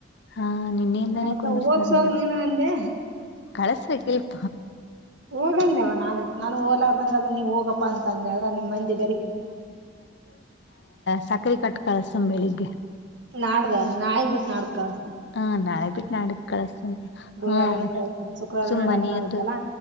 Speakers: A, on the left; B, on the right.
A: ಹಾ ನಿನ್ನೆಯಿಂದಾನೇ
B: ಅವದಕ್ಕ
A: ಕುಂದರ್ಸ್ತಾರ
B: ಹದಸೋಗ ನೀನು ಅಂದೆ
A: ಕಳಸ್ಬೇಕ ಇಲ್
B: ಹೋಗಂದೆವ ನಾನ ನಾನು ಓಲಾರ್ದಂಗ ಅದ ನೀ ಹೋಗಪ್ಪಾ ಅಂತ ಅಂದೆ ಆದದ್ರ ನಿಮ ಮಂದಿ ಬೆರಕಿ.
A: ಸಕರೆ ಕಟ್ ಕಳ್ಸ ಬೆಳಿಗ್ಗೆ
B: ನಾಡ್ದ ನಾಳೆ ಬಿಟ್ಟು ನಾಡ್ದ ಕಳ್ಸ್ತಾ
A: ಹಾ ನಾಳೆ ಬಿಟ್ಟು ನಾಡಿದ ಕಳ ಸುಮ್ಮ
B: ಗುರುವಾರ್
A: ಹ್ಮ್
B: ದಿನ ಕಳಸ್ತೀನಿ ಶುಕ್ರವಾರ್
A: ಸುಮ್ಮನ
B: ದಿನ ಡಪ್ನ ಆಗತ್ತಲ್ಲ
A: ಅದು